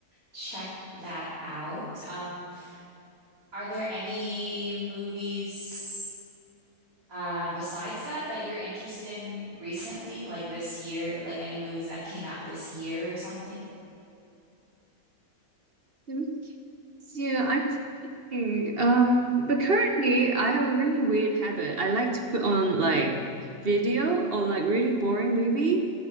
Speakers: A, on the right (about 65°); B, on the right (about 45°).
A: check that out. Um, are there any movies? Uh, besides that, that you're interested in recently, like this year, like any movies that came out this year or something?
B: That makes- yeah, I'm thinking. Um, but currently, I have a really weird habit. I like to put on like video or like really boring movie